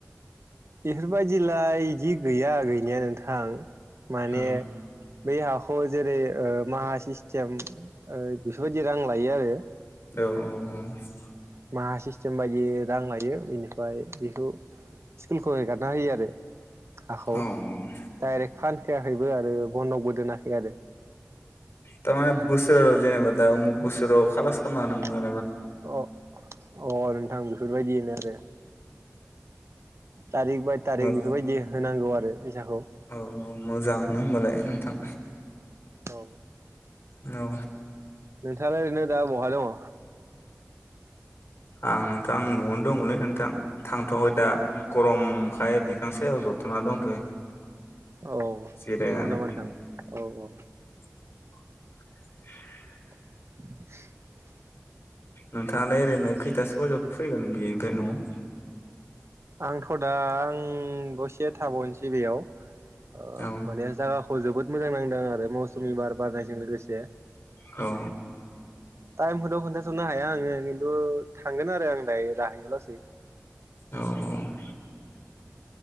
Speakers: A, on the right; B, on the left.
A: बेफोरबायदिलाय इदि गैया गैनाया नोंथां। माने
B: औ
A: बै हाखौ जेरै ओ माहा सिस्टेम ओ बेफोरबायदि रां लायो आरो
B: औ औ औ
A: माहा सिस्टेम बायदि रां लायो बेनिफ्राय बेखौ स्कुलखौ एगारना होयो आरो हाखौ
B: औ औ
A: डाइरेक्ट फानखायाखै बो आरो बन्दकबो दोनाखै आरो
B: थारमाने बोसोराव जेनेबा दा अमुक बोसोराव कालास खालामना होनांगोन आरो
A: अ अ नोंथां बेफोरबायदिनो आरो थारिख बाय थारिख
B: औ
A: बेफोरबायदि होनांगौ आरो फैसाखौ
B: औ मोजाङानो होनबालाय नोंथां।
A: औ
B: औ
A: नोंथाङा ओरैनो दा बहा दङ?
B: आं नोंथां न'आवनो दङलै नोंथां थांथ'वाखै दा गरमखाय बिफां सायाव जथना दंथ'यो।
A: औ औ
B: जिरायनानै
A: नंगौ नामा नोंथां औ औ
B: <inaudible>
A: <inaudible>
B: नोंथाङालाय ओरैनो खैथासो बाजोयाव फैगोन बेनिफ्राय न'आव?
A: आंथ' दा आं दसे थाबावनोसै बेयाव। ओ
B: औ
A: माने जागा खौ जोबोद मोजां नांदों आरो मौसुमि बार बारनायजों लोगोसे
B: औ
A: टाइम खौथ' खोन्थासननो हाया आङो खिन्थु थांगोन आरो आं दायो जाहैयो लासै
B: औ औ <inaudible>